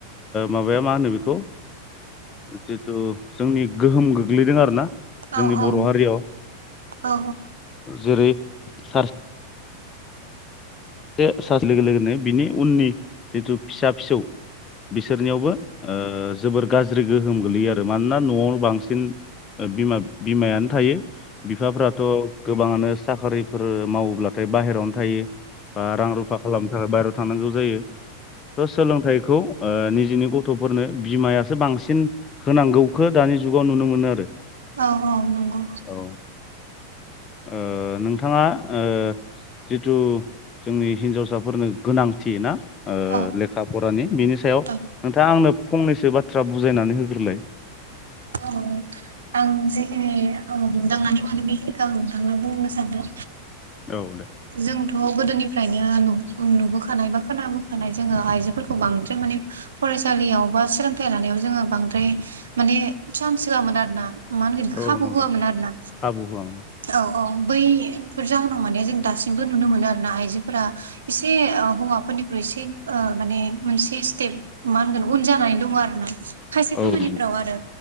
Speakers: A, on the left; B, on the right.
A: माबाया मा होनो बेखौ जिथु जोंनि गोहोम गोग्लैदों आरो ना जोंनि
B: औ
A: बर'
B: औ नंगौ औ
A: हारियाव
B: औ
A: जेरै सार जे सासे लोगो लोगोनो बिनि उननि जिथु फिसा फिसौ बिसोरनियावबो ओ जोबोर गाज्रि गोहोम गोलैयो आरो मानोना न'आवनो बांसिन बिमा बिमायानो थायो बिफाफ्राथ' गोबाङानो साख्रिफोर मावोब्लाथाय बाहेरावनो थायो बा रां रुफा खालामनो थाखाय बाहेरायाव थनांगौ जायो थ' सोलोंथाइखौ ओ निजेनि गथ'फोरनो बिमायासो बांसिन होनांगौखो दानि जुगाव नुनो मोनो आरो
B: औ औ नंगौ
A: औ ओ नोंथाङा ओ जिथु जोंनि हिनजावसाफोरनो गोनांथि ना ओ
B: औ
A: लेखा फरानि बिनि सायाव नोंथाङा
B: औ
A: आंनो फंनैसो बाथ्रा बुजायनानै होग्रोलाय
B: औ आं जेखिनि ओ हमदांन मानि बेखिखौ आं नोंथांना बुंनो सानदों
A: औ दे
B: जोंथ' गोदोनिफ्रायनो न नुबोखानाय बा खोनाबोखानाय जोङो आइजोफोरखौ बांद्राय माने फरायसालियाव बा सोलोंथाइ लानायाव जोङो बांद्राय माने चान्स होआमोन आरो ना मा होनगोन
A: औ
B: खाबु
A: नंगौ
B: होआमोन आरो ना
A: खाबु होआमोन
B: औ अ बैफोर जाहोनाव माने जों दासिमबो नुनो मोनो आरो ना आइजोफोरा एसे हौवाफोर निफ्राय एसे माने मोनसे स्टेप मा होनगोन उन जानानै दङ आरो ना खायसे
A: औ
B: खामानिफ्राव
A: नंगौ
B: आरो